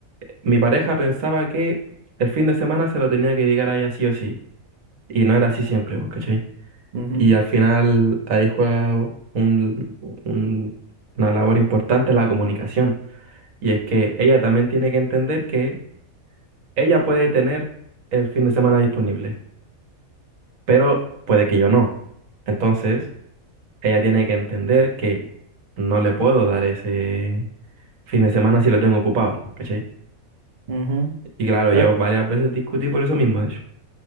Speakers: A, on the right (about 70°); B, on the right (about 45°).
A: mi pareja pensaba que el fin de semana se lo tenía que llegar a ella sí o sí. Y no era así siempre, ¿vos ¿cachai?
B: ujú,
A: Y al final ahí juega un- un- una labor importante la comunicación. Y es que ella también tiene que entender que Ella puede tener el fin de semana disponible, pero puede que yo no. Entonces, ella tiene que entender que no le puedo dar ese fin de semana si lo tengo ocupado, ¿cachai?
B: ujú.
A: Y claro,
B: Claro,
A: yo varias veces discutí por eso mismo, de hecho.